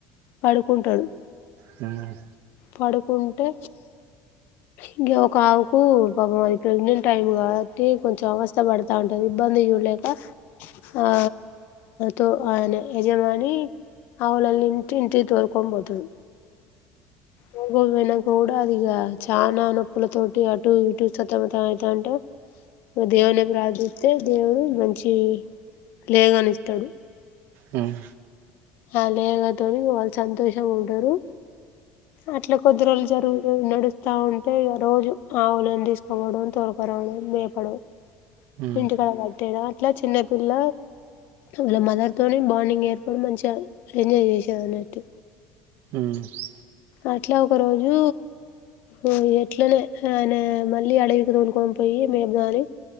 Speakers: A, on the left; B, on the right.
A: పడుకుంటడు.
B: మ్.
A: పడుకుంటే ఇంక ఒక ఆవుకు పాపం అది ప్రెగ్నెంట్ టైమ్ కాబట్టి కొంచెం అవస్థ పడతాంటది. ఇబ్బ ంది చూల్లేక ఆ తో ఆయన యజమాని అవులల్ల్ని ఇంటి ఇంటికి తోల్కోన్పోతడు తొల్కొని పోయినంక కూడా అదిగ చానా నొప్పుల తోటి అటు ఇటు సతమతమయితాంటే నువు దేవున్ని ప్రార్థిస్తే దేవుడు మంచి లేగనిస్తడు.
B: ఉమ్ ఉమ్ ఉమ్
A: ఆ లేగ తోని వాళ్ళు సంతోషంగుంటరు. అట్ల కొద్ది రోజులు జరుగుతున్న నడుస్తా ఉంటే ఇగ రోజు ఆవులను తీసుకోవడం తోలకరావడం మేపడం.
B: ఉమ్ ఉమ్ ఉమ్
A: ఇంటికాడ కట్టేయడం అట్ల చిన్నపిల్ల వాళ్ళ మదర్ తోనే బాండింగ్ ఏర్పడి మంచి గా ఎంజయ్ చేసేదన్నట్టు.
B: ఉమ్ ఉమ్ ఉమ్ ఉమ్ ఉమ్ ఉమ్ ఉమ్ ఉమ్ ఉమ్ ఉమ్ ఉమ్ ఉమ్ ఉమ్ ఉమ్ ఉమ్
A: అట్ల ఒక రోజూ మ్ ఎట్లనే ఆయన మళ్ళీ అడవికి తోలుకోనిపొయ్యి మేపుదామని